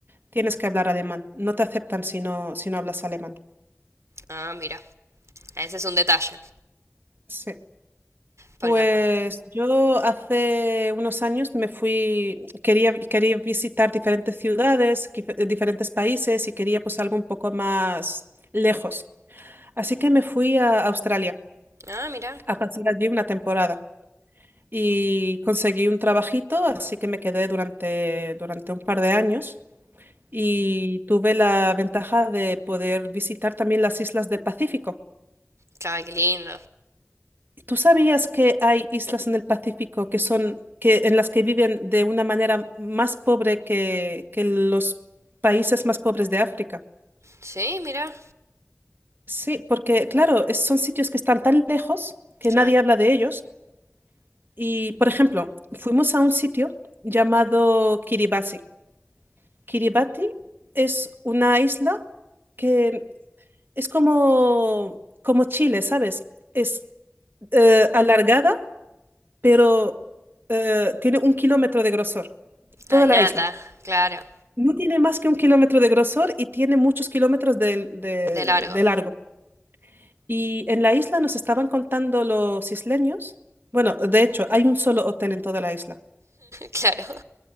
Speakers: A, on the right; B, on the right.
A: tienes que hablar alemán. No te aceptan si no, si no hablas alemán.
B: Ah, mira. Ese es un detalle.
A: Sí.
B: Porque
A: Pues
B: aparte... ¿eh?
A: yo hace unos años me fui, quería, quería visitar diferentes ciudades, quif- diferentes países y quería pues algo un poco más lejos. Así que me fui a Australia
B: Ah, mira.
A: a pasar allí una temporada y conseguí un trabajito, así que me quedé durante, durante un par de años y tuve la ventaja de poder visitar también las islas del Pacífico.
B: Claro, qué lindo.
A: ¿Tú sabías que hay islas en el Pacífico que son, que, en las que viven de una manera más pobre que, que los países más pobres de África?
B: Sí, mira.
A: Sí, porque claro, es- son sitios que están tan lejos que
B: Claro.
A: nadie habla de ellos Y, por ejemplo, fuimos a un sitio llamado Kiribati. Kiribati es una isla que es como, como Chile, ¿sabes? Es eh, alargada, pero eh, tiene un kilómetro de grosor, toda
B: Ah, nada.
A: la isla.
B: Claro.
A: No tiene más que un kilómetro de grosor y tiene muchos kilómetros de, de
B: De largo.
A: de largo. Y en la isla nos estaban contando los isleños. Bueno, de hecho, hay un solo hotel en toda la isla.
B: <laughs> Claro.